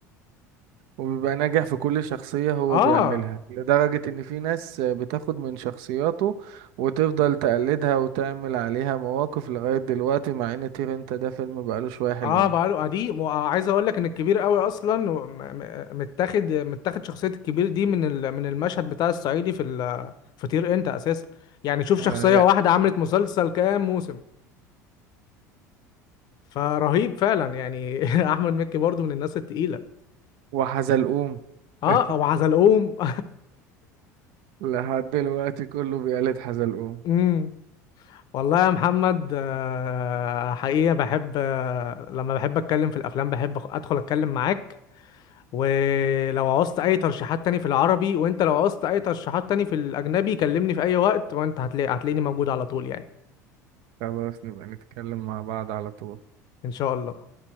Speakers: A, on the right; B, on the left.
A: وبيبقى ناجح في كل شخصية هو
B: اه
A: بيعملها لدرجة ان في ناس بتاخد من شخصياته وتفضل تقلدها وتعمل عليها مواقف لغاية دلوقتي مع ان طير انت ده فيلم بقاله شوية حلوين
B: اه بقاله قديم وعايز اقول لك ان الكبير قوي اصلا و- م- م- متاخد متاخد شخصيه الكبير دي من ال... من المشهد بتاع الصعيدي في ال... في طير انت اساسا يعني شوف
A: آه
B: شخصيه
A: يا-
B: واحده عملت مسلسل كام موسم فرهيب فعلا يعني <laughs> احمد مكي برضو من الناس التقيله
A: وحزلقوم
B: اه
A: <laughs>
B: او حزلقوم <laughs>
A: لحد دلوقتي كله بيقلد حزلقوم
B: امم والله يا محمد آه، حقيقه بحب آه، لما بحب اتكلم في الافلام بحب أخ- ادخل اتكلم معاك ولو عوزت اي ترشيحات تاني في العربي وانت لو عوزت اي ترشيحات تاني في الاجنبي كلمني في اي وقت وانت هتلاقي هتلاقيني موجود على طول يعني
A: خلاص نبقى نتكلم مع بعض على طول
B: ان شاء الله